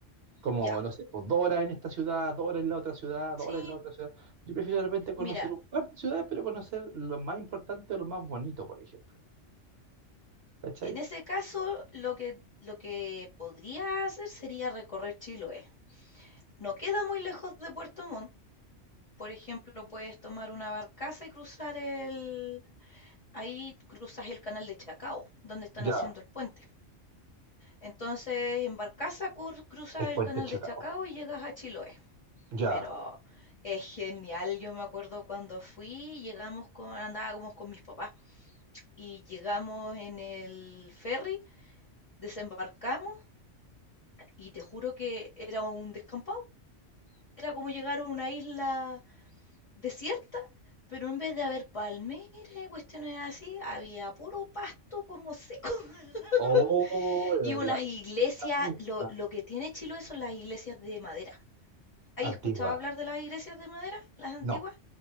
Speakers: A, on the right; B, on the left.
A: Como,
B: ya.
A: no sé, pues dos horas en esta ciudad, dos horas en la otra ciudad, dos
B: Sí.
A: horas en la otra ciudad. Yo prefiero de repente conocer
B: Mira,
A: un par de ciudades, pero conocer lo más importante o lo más bonito, por ejemplo. ¿Cachai?
B: en ese caso, lo que, lo que podría hacer sería recorrer Chiloé. No queda muy lejos de Puerto Montt. Por ejemplo, puedes tomar una barcaza y cruzar el... Ahí cruzas el canal de Chacao, donde están
A: Ya,
B: haciendo el puente. Entonces, en barcaza cur- cruzas
A: el puente
B: el canal
A: Chacao.
B: de Chacao y llegas a Chiloé.
A: Ya.
B: Pero es genial, yo me acuerdo cuando fui, llegamos con, andábamos con mis papás y llegamos en el ferry, desembarcamos y te juro que era un descampado. Era como llegar a una isla desierta, pero en vez de haber palmeras y cuestiones así, había puro pasto como seco. <laughs>
A: Oh, la,
B: Y unas
A: la
B: iglesias,
A: la misma
B: lo, lo que tiene Chiloé son las iglesias de madera. ¿Hay
A: antigua.
B: escuchado hablar de las iglesias de madera, las antiguas?
A: No,